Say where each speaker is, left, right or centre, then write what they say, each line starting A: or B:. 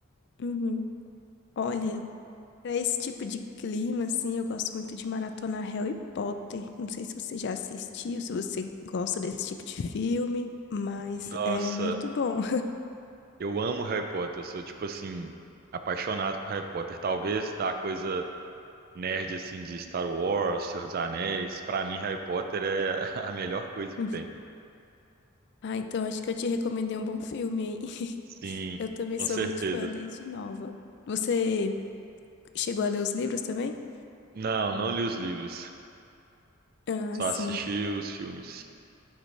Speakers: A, on the left; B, on the right.
A: Uhum. Olha, pra esse tipo de clima, assim, eu gosto muito de maratonar Harry Potter. Não sei se você já assistiu, se você gosta desse tipo de filme, mas
B: Nossa,
A: é muito bom.
B: eu amo Harry Potter, eu sou tipo assim, apaixonado por Harry Potter. Talvez da coisa nerd assim de Star Wars, Senhor dos Anéis, pra mim Harry Potter é <laughs> a melhor coisa
A: <laughs>
B: que tem.
A: Ah, então acho que eu te recomendei um bom filme, hein? <laughs>
B: Sim,
A: Eu também
B: com
A: sou
B: certeza.
A: muito fã desde nova. Você chegou a ler os livros também?
B: Não, não li os livros,
A: Ah,
B: só
A: sim.
B: assisti os filmes.